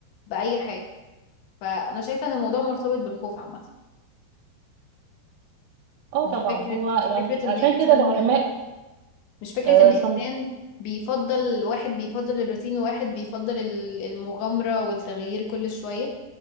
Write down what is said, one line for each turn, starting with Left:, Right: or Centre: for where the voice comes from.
Left: بأي حاجة فانا شايفة ان الموضوع مرتبط بالخوف عامة
Right: اه
Left: مش
Right: طبعا
Left: فكرة
Right: هو
Left: مش
Right: يعني
Left: فكرة
Right: عشان
Left: ان انسان
Right: كده العلماء
Left: مش فكرة
Right: آه،
Left: ان انسان
Right: صن-
Left: بيفضل واحد بيفضل الروتين وواحد بيفضل ال- المغامرة والتغيير كل شوية